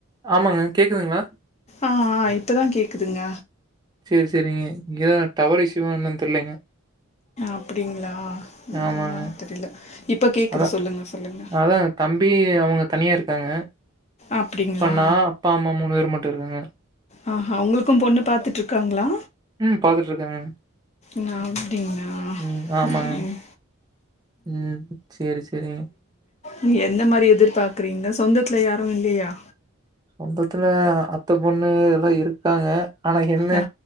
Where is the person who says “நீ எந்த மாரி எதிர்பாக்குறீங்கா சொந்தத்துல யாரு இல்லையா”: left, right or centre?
Left